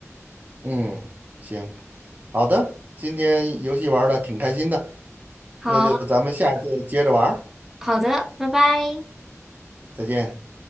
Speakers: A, on the right (about 35°); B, in the centre.
A: 嗯，行，好的，今天游戏玩的挺开心的，
B: 好
A: 那就咱们下次接着玩儿
B: 好的，拜拜。
A: 再见。